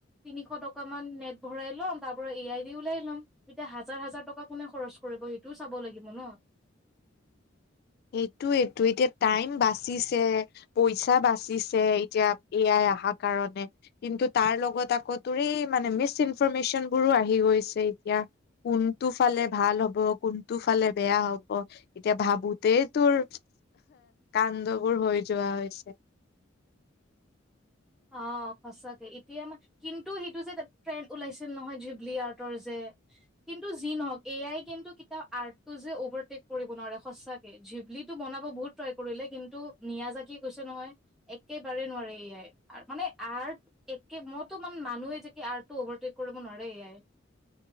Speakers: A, in the centre; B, on the left.
A: তিনিশ টকামান নেট ভৰাই ল'ম তাৰ পৰা এ আই দি ওলাই ল'ম। এতিয়া হাজাৰ হাজাৰ টকা কোনে খৰচ কৰিব, এইটোও চাব লাগিব ন'।
B: এইটোৱেতো এতিয়া টাইম বাচিছে। পইচা বাচিছে এতিয়া এ আই আহা কাৰণে। কিন্তু তাৰ লগত আকৌ তোৰ এই মানে মিচ ইনফৰমেচনবোৰো আহি গৈছে এতিয়া। কোনটো ফালে ভাল হ'ব, কোনটো ফালে বেয়া হ'ব এতিয়া ভাবোঁ তেই তোৰ কাণ্ডবোৰ হৈ যোৱা হৈছে।
A: অ' সঁচাকে এতিয়া আমা কিন্তু সেইটো যে ট্ৰেণ্ড ওলাইছিল নহয় জিবলি আৰ্টৰ যে কিন্তু যি নহওঁক এ আই কিন্তু কেতিয়াও আৰ্টটো যে অভাৰটেক কৰিব নোৱাৰে সঁচা কে জিবলিটো বনাব বহুত ট্ৰাই কৰিলে কিন্তু নিয়াজাকিয়ে কৈছে নহয়। একেবাৰে নোৱাৰে এ আই। আৰ মানে আৰ্ট একে মইতো মানে মানুহে যে কি আৰ্টটো অভাৰটেক কৰিব নোৱাৰে এ আই।